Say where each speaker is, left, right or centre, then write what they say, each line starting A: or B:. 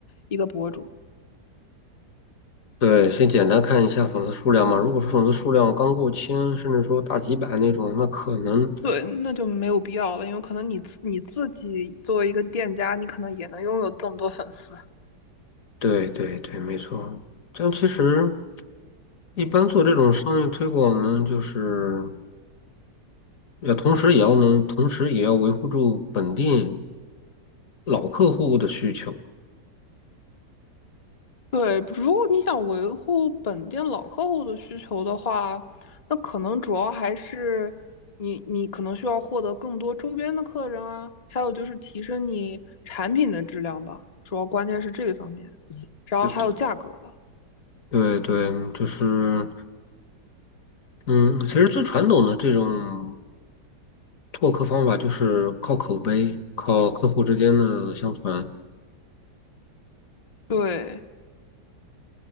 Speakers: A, on the left (about 40°); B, on the left (about 55°).
A: 一个博主。
B: 对，先简单看一下粉丝数量嘛。如果是粉丝数量刚过千，甚至说大几百那种，那可能，
A: 对，那就没有必要了，因为可能你自你自己作为一个店家，你可能也能拥有这么多粉丝。
B: 对对对，没错。但其实一般做这种商业推广，
A: 嗯，
B: 我们就是要同时也要能，同时也要维护住本地老客户的需求。
A: 对，如果你想维护本店老客户的需求的话，那可能主要还是你你可能需要获得更多周边的客人啊，还有就是提升你产品的质量吧，主要关键是这个方面，然后还有价格。
B: 对对对对，就是嗯，其实最传统的这种拓客方法就是靠口碑，靠客户之间的相传。
A: 对。